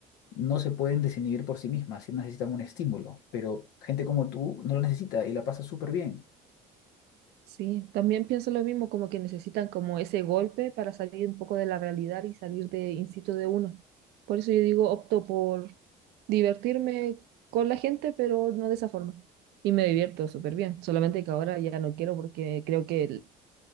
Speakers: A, on the left; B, on the right.
A: no se pueden desinhibir por sí mismas, sí necesitan un estímulo, pero gente como tú no lo necesita y la pasa súper bien.
B: Sí, también pienso lo mismo, como que necesitan como ese golpe para salir un poco de la realidad y salir de instinto de uno. Por eso yo digo, opto por divertirme con la gente, pero no de esa forma. Y me divierto súper bien, solamente que ahora ya no quiero porque creo que el-